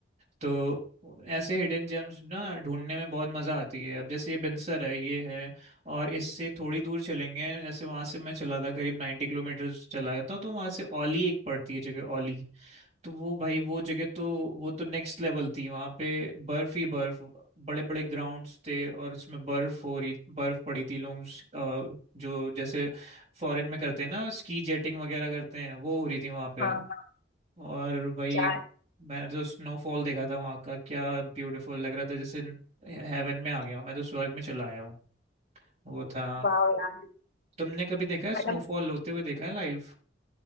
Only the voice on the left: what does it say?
हाँ हाँ
क्या
वाह यार
मतलब